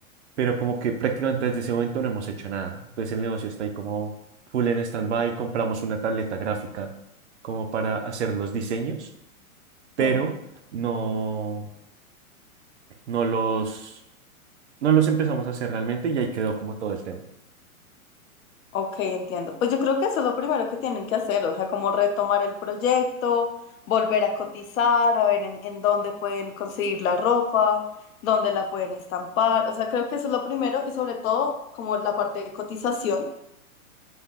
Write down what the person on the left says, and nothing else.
sí.
Ok, entiendo. Pues yo creo que eso es lo primero que tienen que hacer, o sea, como retomar el proyecto, volver a cotizar, a ver en, en dónde pueden conseguir la ropa, dónde la pueden estampar. O sea, creo que eso es lo primero y sobre todo como la parte de cotización,